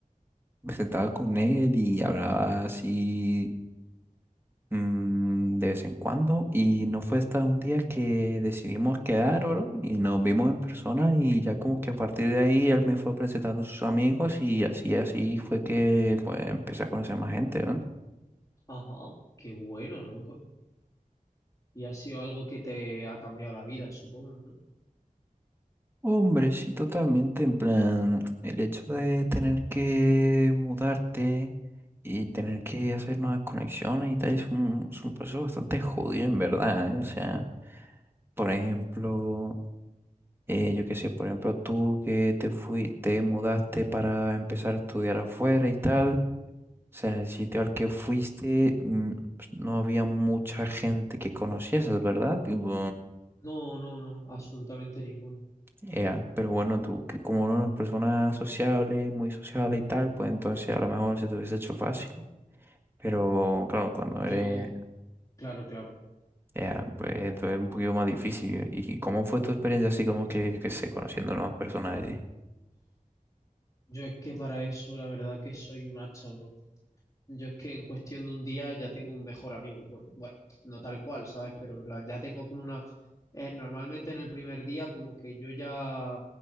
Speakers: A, on the right (about 15°); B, on the left (about 20°).
A: me sentaba con él y hablaba así mm, de vez en cuando. Y no fue hasta un día que decidimos quedar, bro, y nos vimos en persona y ya como que a partir de ahí él me fue presentando a sus amigos y así, así fue que pues empecé a conocer más gente, ¿no?
B: Ajá, qué bueno, loco. Y ha sido algo que te ha cambiado la vida, supongo, ¿no?
A: Hombre, sí, totalmente. En plan, el hecho de tener que mudarte y tener que hacer nuevas conexiones y tal es un, es un proceso bastante jodido, en verdad, ¿eh? O sea, por ejemplo, eh, yo qué sé, por ejemplo, tú que te fui, te mudaste para empezar a estudiar afuera y tal. O sea, el sitio al que fuiste, mm, pues, no había mucha gente que conocieses, ¿verdad? Tipo,
B: No, no, no, absolutamente ninguno.
A: Ea, pero bueno, tú, que como una persona sociable, muy sociable y tal, pues entonces a lo mejor se te hubiese hecho fácil. Pero claro, cuando
B: Yo,
A: eres,
B: claro, claro.
A: ea, pues entonces es un poquito más difícil. ¿Y cómo fue tu experiencia así como que, yo qué sé, conociendo nuevas personas allí?
B: Yo es que para eso, la verdad que soy un hacha, bro. Yo es que en cuestión de un día ya tengo un mejor amigo. Bu- Bueno, no tal cual, ¿sabes? Pero en plan, ya tengo como una... eh, normalmente en el primer día como que yo ya